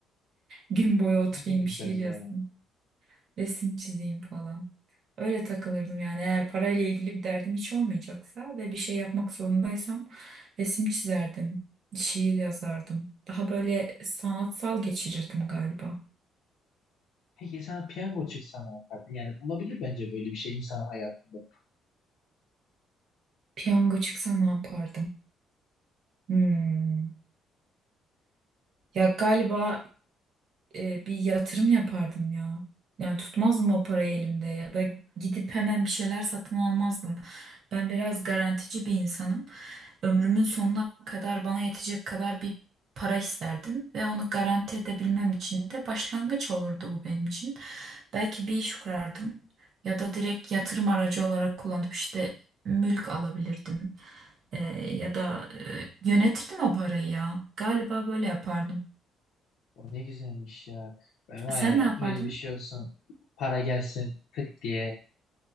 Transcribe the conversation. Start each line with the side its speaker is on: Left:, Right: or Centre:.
Right: Gün boyu oturayım,
Left: O da güzel
Right: şiir yazayım,
Left: ya.
Right: resim çizeyim falan. Öyle takılırdım yani. Eğer parayla ilgili bir derdim hiç olmayacaksa ve bir şey yapmak zorundaysam resim çizerdim, şiir yazardım. Daha böyle sanatsal geçirirdim galiba.
Left: Peki sana piyango çıksa ne yapardın? Yani olabilir bence böyle bir şey insan hayatında.
Right: Piyango çıksa ne yapardım? Hmm. Ya galiba e, bir yatırım yapardım ya. Yani tutmazdım o parayı elimde ya da gidip hemen bir şeyler satın almazdım. Ben biraz garantici bir insanım. Ömrümün sonuna kadar bana yetecek kadar bir para isterdim ve onu garanti edebilmem için de başlangıç olurdu bu benim için. Belki bir iş kurardım ya da direkt yatırım aracı olarak kullanıp işte mülk alabilirdim. E, ya da e, yönetirdim o parayı ya. Galiba böyle yapardım.
Left: O ne güzelmiş ya. Ben var
Right: Sen
Left: ya
Right: ne yapardın?
Left: öyle bir şey olsun. Para gelsin tık diye.